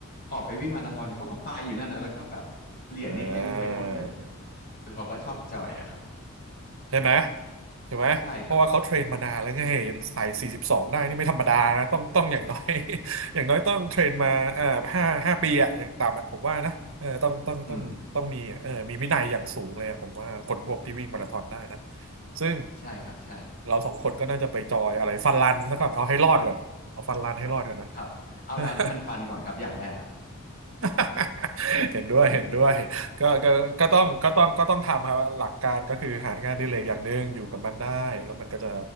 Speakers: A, on the left; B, on the right.
A: ออกไปวิ่งมาราธอนเขาก็ไปอยู่นั่นนะแล้วก็แบบเหรียญนี่เต็มไปหมดเลย
B: <laughs> อ่า
A: คือเขาก็ชอบจอยอะครับ
B: ใช่ไหมใช่ไหมเพราะว่าเขาเทรนมานานแล้วไง
A: ใช่ครับ
B: ใส่สี่สิบสองได้นี่ไม่ธรรมดานะต้องต้องอย่างน้อย <laughs> อย่างน้อยต้องเทรนมาอ่าห้าห้าปีอะอย่างต่ำอะผมว่านะเออต้องต้องต้องต้องมีอะเออมีวินัยอย่างสูงเลยอะผมว่าคนพวกที่วิ่งมาราธอนได้นะ
A: อืม
B: ซึ่ง
A: ใช่ครับใช่
B: เราสองคนก็น่าจะไปจอยอะไรฟันรันซะก่อนเอาให้รอดก่อนเอาฟันรันให้รอดก่อนนะ
A: ครับเอาดันให้มันฟันก่อนครับอย่างแรกอะ
B: <laughs> <laughs> เห็นด้วยเห็นด้วยก็ก็ก็ต้องก็ต้องก็ต้องทำครับหลักการก็คือหางานอดิเรกอย่างหนึ่งอยู่กับมันได้
A: <laughs>
B: แล้วมันก็จะ